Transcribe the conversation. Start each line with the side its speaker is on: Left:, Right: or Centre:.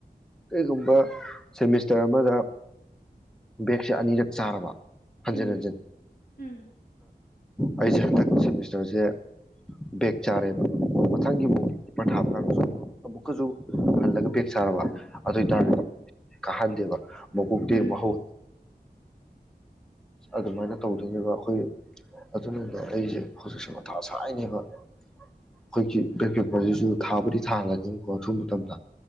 Centre: ꯀꯩꯒꯨꯝꯕ ꯁꯦꯃꯤꯁꯇꯔ ꯑꯃꯗ ꯕꯦꯛꯁꯦ ꯑꯅꯤꯔꯛ ꯆꯥꯔꯕ ꯍꯖꯤ
Left: ꯎꯝ
Centre: ꯍ ꯆ
Left: ꯎꯝ
Centre: ꯑꯩ ꯁꯦꯃꯤꯁꯇꯔꯁꯦ ꯕꯦꯛ ꯆꯥꯔꯦꯕ ꯃꯊꯪꯒꯤ
Left: ꯎꯝ
Centre: ꯃꯣ ꯄꯊꯥꯞ ꯁꯨꯜꯂꯒꯦ ꯁꯥꯔꯕꯥ ꯑꯗꯨ ꯑꯣꯏꯇꯥꯔ
Left: ꯎꯝ
Centre: ꯀꯥꯍꯟꯗꯦꯕ ꯃꯀꯨꯀꯤ
Left: ꯎꯝ
Centre: ꯃꯍꯥꯎ ꯑꯗꯨꯃꯥꯏꯅ ꯇꯧꯗꯣꯏꯅꯦꯕ ꯑꯩꯈꯣꯏ ꯑꯗꯨꯅꯅꯦ ꯑꯩꯁꯦ ꯍꯧꯖꯤꯛꯁꯦ ꯃꯊꯥ ꯁꯥꯏꯅꯦꯕ ꯑꯩꯈꯣꯏꯒꯤ ꯕꯦꯛ ꯄꯦꯄꯔꯁꯤꯁꯨ ꯊꯥꯕꯨꯗꯤ ꯊꯥꯂꯅꯦꯕꯀꯣ ꯑꯊꯨꯕ ꯃꯇꯝꯗ